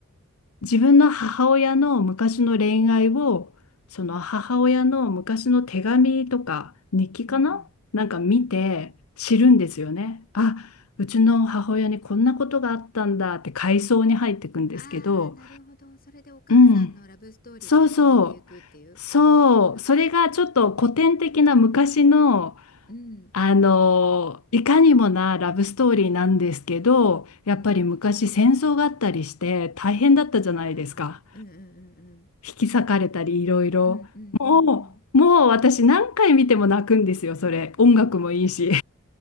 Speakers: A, on the left; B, on the left.
A: 自分の母親の昔の恋愛を、その母親の昔の手紙とか日記かななんか見て知るんですよね。
B: うん。うんうん。うん。うん。
A: あ、うちの母親にこんなことがあったんだって回想に入ってくんですけど、
B: ああ、なるほど。それでお母さんのラブストーリーが始まっていくっていう。
A: うん、そうそう、そう、
B: あ
A: それがちょっと古典的な昔の、
B: あ。うん。
A: あの、いかにもなラブストーリーなんですけど、やっぱり昔戦争があったりして大変だったじゃないですか。
B: うん。ああ。うんうんうんうん。
A: 引き裂かれたりいろいろも
B: うんうんうんうん。
A: うもう私何回見ても泣くんですよそれ音楽もいいし